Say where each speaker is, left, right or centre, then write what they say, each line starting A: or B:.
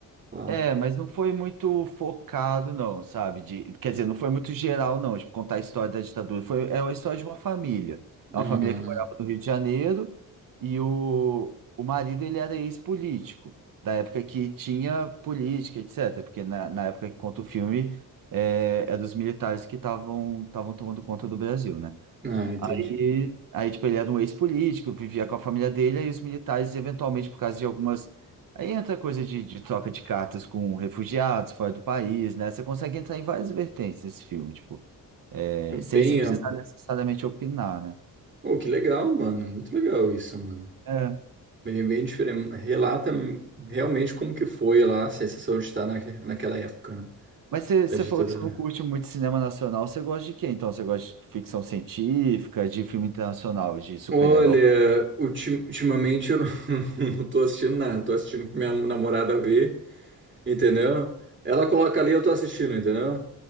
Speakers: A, on the right (about 30°); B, on the right (about 65°).
A: Tá.
B: É, mas não foi muito focado, não, sabe? De, quer dizer, não foi muito geral, não, tipo, contar a história da ditadura. Foi, é a história de uma família. É
A: Ah,
B: uma família que morava no Rio de Janeiro e o, o marido, ele era ex-político, da época que tinha política, etc. Porque na, na época que conta o filme, é, é dos militares que estavam estavam tomando conta do Brasil, né?
A: ah, entendi.
B: Aí, aí, tipo, ele era um ex-político, vivia com a família dele, aí os militares, eventualmente, por causa de algumas. Aí entra coisa de, de troca de cartas com refugiados fora do país, né? Você consegue entrar em várias vertentes nesse filme, tipo, é,
A: É Bem
B: sem, sem precisar
A: amplo.
B: necessariamente opinar, né?
A: Pô, que legal, mano. Muito legal isso, mano.
B: É.
A: Bem, bem diferente. Relata realmente como que foi lá a sensação de estar naque- naquela época, né?
B: Mas você
A: Da
B: você
A: ditadura.
B: falou que você não curte muito cinema nacional, você gosta de quê? Então, você gosta de ficção científica, de filme internacional, de super-herói?
A: Olha, ultim- ultimamente eu não, <laughs> não tô assistindo nada, tô assistindo pra minha namorada ver, entendeu? Ela coloca ali, eu tô assistindo, entendeu?